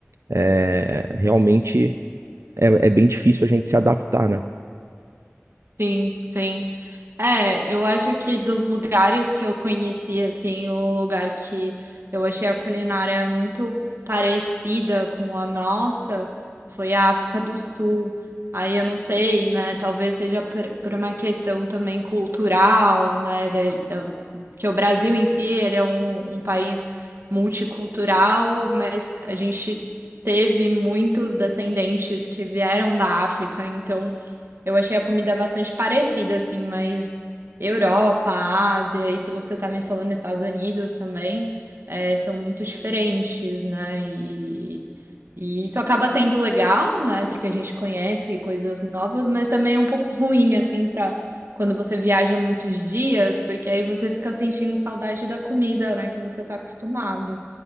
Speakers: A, on the right (about 70°); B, on the right (about 55°).
A: é, realmente é, é bem difícil a gente se adaptar, né?
B: Sim, sim. É, eu acho que dos lugares que eu conheci, assim, o lugar que eu achei a culinária muito parecida com a nossa foi a África do Sul. Aí eu não sei, né? Talvez seja por, por uma questão também cultural, né? da- da- que o Brasil em si, ele é um, um país multicultural, mas a gente teve muitos descendentes que vieram da África, então. Eu achei a comida bastante parecida, assim, mas Europa, Ásia e pelo que você tá me falando, Estados Unidos também, eh, são muito diferentes, né? E, e isso acaba sendo legal, né? Porque a gente conhece coisas novas, mas também é um pouco ruim, assim, pra quando você viaja muitos dias, porque aí você fica sentindo saudade da comida, né? Que você tá acostumado.